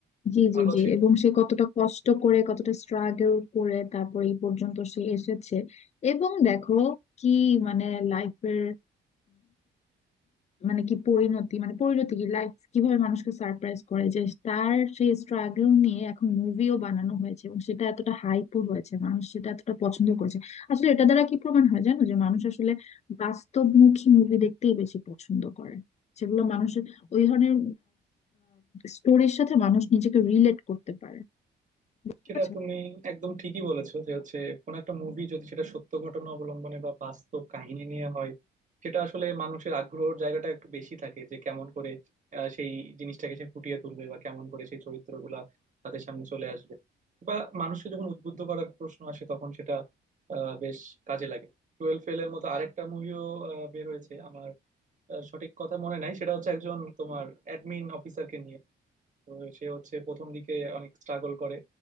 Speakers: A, on the left; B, on the right.
A: জি জি
B: ভালো
A: জি
B: ছিল
A: এবং সে কতটা কষ্ট করে কতটা স্ট্রাগল করে তারপর এই পর্যন্ত সে এসেছে এবং দেখো কি মানে লাইফের মানে কি পরিণতি মানে পরিণতি কি লাইফ কিভাবে মানুষকে সারপ্রাইজ করে যে তার সেই স্ট্রাগল নিয়ে এখন মুভিও বানানো হয়েছে এবং সেটা এতটা হাইপও হয়েছে মানুষ সেটা এতটা পছন্দ করেছে আসলে এটা দ্বারা কি প্রমাণ হয় জানো যে মানুষ আসলে বাস্তবমুখী মুভি দেখতেই বেশি পছন্দ করে সেগুলো মানুষের ওই ধরনের স্টোরির সাথে মানুষ নিজেকে রিলেট করতে পারে বুঝতে
B: সেটা
A: পারছো?
B: তুমি একদম ঠিকই বলেছো যে হচ্ছে কোন একটা মুভি যদি সেটা সত্য ঘটনা অবলম্বনে বা বাস্তব কাহিনী নিয়ে হয় সেটা আসলে মানুষের আগ্রহের জায়গাটা একটু বেশি থাকে যে কেমন করে আহ, সেই জিনিসটাকে সে ফুটিয়ে তুলবে বা কেমন করে সেই চরিত্রগুলা তাদের সামনে চলে আসবে বা মানুষকে যখন উদ্বুদ্ধ করার প্রশ্ন আসে তখন সেটা আহ, বেশ কাজে লাগে টুয়েলভ ফেল এর মতো আরেকটা মুভিও বের হয়েছে আমার আহ, সঠিক কথা মনে নাই সেটা হচ্ছে একজন তোমার অ্যাডমিন অফিসারকে নিয়ে তো সে হচ্ছে প্রথম দিকে অনেক স্ট্রাগল করে